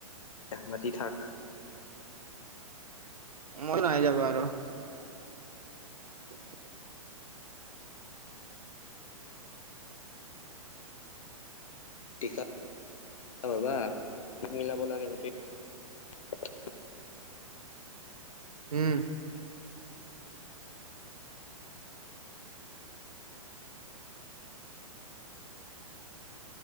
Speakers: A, on the left (about 65°); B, on the right (about 85°).
A: মাতি থাক
B: মই নাই যাব আৰু <inaudible>
A: ঠিকা <unintelligible> হ'বা যি মিলাব লাগে সেইটোৱে <inaudible>
B: উম